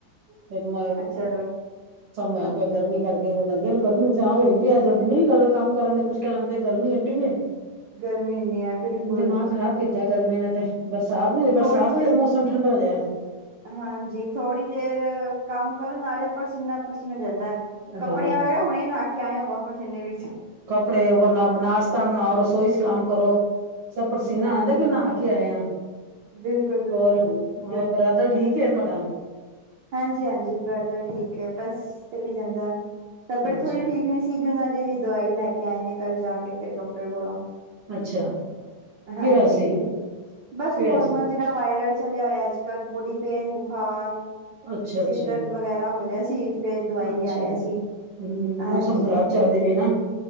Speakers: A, on the right; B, on the right.
A: ਤੇ ਸਮ
B: ਚਲੋ
A: ਹੋਇਆ ਪਏ ਗਰਮੀ ਕਰਕੇ ਲੱਗੇ ਨੂੰ ਗਰਮੀ ਜਾਂ ਹੋਏ ਪਈ ਅੱਜ - ਕੱਲ ਦਿ ਵੀ ਕਰਦਾ ਕੰਮ ਕਰਨ ਦੇ ਕੁੱਛ ਕਰਨ। ਤੇ ਗਰਮੀਂ ਐਡੀ ਹੈ।
B: ਗਰਮੀ ਇੰਨੀ ਹੈ ਬਿਲਕੁਲ
A: ਦਿਮਾਗ ਖ਼ਰਾਬ ਕੀਤਾ ਗਰਮੀਂ ਨੇ ਤੇ। ਬਰਸਾਤ ਨੂੰ ਹੋ ਜਾ ਬਰਸਾਤ
B: ਥੋੜ੍ਹੀ ਦੇ
A: ਹੋ ਜਾਏ। ਮੌਸਮ ਠੰਡਾ ਹੋ ਜਾਏ।
B: ਹਾਂਜੀ ਥੋੜ੍ਹੀ ਦੇਰ ਕੰਮ ਕਰੋ। ਨਾਲੇ ਪਸੀਨਾ ਪਸੀਨ ਹੋ ਜਾਂਦਾ। ਕੱਪੜਿਆਂ
A: ਹਾਂ
B: ਵਗੈਰਾ ਹੁਣੇ ਨਹਾ ਕੇ ਆਏ ਹਾਂ। ਵਾਪਸ ਇੰਨੇ ਵਿੱਚ
A: ਕਪੜੇ ਵਗੈਰਾ ਨਾਸ਼ਤਾ ਬਣਾਓ ਰਸੋਈ ਚ' ਕੰਮ ਕਰੋ। ਪਸੀਨਾ
B: ਹਾਂਜੀ
A: ਆਂਦਾਂ ਕਿ ਨਹਾ ਕੇ ਆਈਆਂ।
B: ਬਿਲਕੁਲ ਬਿਲਕੁਲ
A: ਹੋਰ
B: ਗ
A: ਬ੍ਰਦਰ ਠੀਕ ਤੁਹਾਡਾ।
B: ਹਾਂਜੀ - ਹਾਂਜੀ ਬੱਸ ਠੀਕ ਹੈ। ਬੱਸ ਚਲੀ ਜਾਂਦਾ ਤਬੀਅਤ
A: ਅੱਛਾ
B: ਥੋੜੀ ਠੀਕ ਨਹੀਂ। ਦਿਨਾਂ ਦੀ ਵੀ ਦਵਾਈ ਲੈ ਕੇ ਆਏ ਨੇ ਕੱਲ ਜਾ ਕੇ ਫਿਰ ਡਾਕਟਰ ਕੋਲੋਂ।
A: ਅੱਛਾ।
B: ਹਾਂਜੀ
A: ਕੀ ਹੋਇਆ ਸੀ
B: ਬੱਸ
A: ਕੀ
B: ਨੋਰਮਲ
A: ਹੋਇਆ ਸੀ?
B: ਜੇ ਵਾਇਰਲ ਚੱਲਿਆ ਹੋਇਆ। ਅੱਜ ਕੱਲ ਬੋਡੀ ਪੇਨ ਬੁਖ਼ਾਰ
A: ਅੱਛਾ
B: ਸਿਰ
A: ਅੱਛਾ
B: ਦਰਦ ਵਗੈਰਾ ਹੋ ਰਿਹਾ ਸੀ। ਫਿਰ ਦਵਾਈ
A: ਅੱਛਾ
B: ਲਿਆ ਆਇਆ ਸੀ।
A: ਹੂੰ
B: ਹਾਂਜੀ
A: ਮੌਸਮ ਖ਼ਰਾਬ ਚੱਲਦੇ ਪਏ ਨਾ।